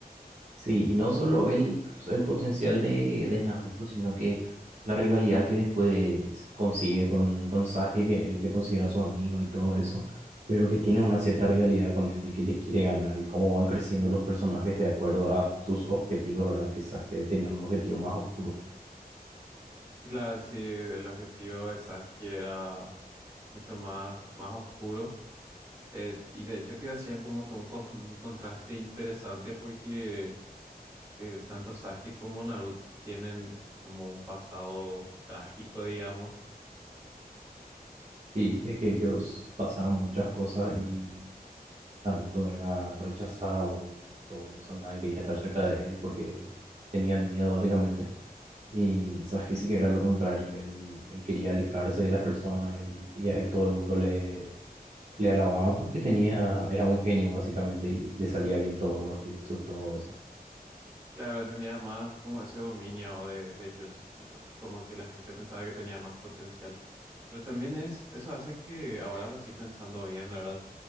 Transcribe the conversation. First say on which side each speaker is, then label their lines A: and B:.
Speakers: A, on the right; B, on the right.
A: Sí, y no solo el, el potencial de, de Naruto, sino que la rivalidad que después consigue con, con Sasuke, que él le considera su amigo y todo eso, pero que tiene una cierta rivalidad con él de que le quiere ganar y cómo van creciendo los personajes de acuerdo a sus objetivos, ¿verdad? Que Sasuke tenía un objetivo más oscuro.
B: Claro, sí, el objetivo de Sasuke era mucho más, más oscuro. eh, y de hecho que hacían como que un, cos- un contraste interesante porque eh, tanto Sasuke como Naruto tienen como un pasado trágico, digamos.
A: Sí, es que ellos pasaron muchas cosas y Naruto era rechazado y todo eso, nadie quería estar cerca de él porque tenían miedo básicamente. Y Sasuke sí que era lo contrario, él, él quería alejarse de las personas él- y a él todo el mundo le, le alababa porque tenía, era un genio básicamente y le salía bien todos los jutsus, todo eso.
B: Claro, él tenía más como ese dominio de, de Jutsu, tipo, como que la gente pensaba que tenía más potencial. Pero también es, eso hace que ahora sí pensando bien, ¿verdad?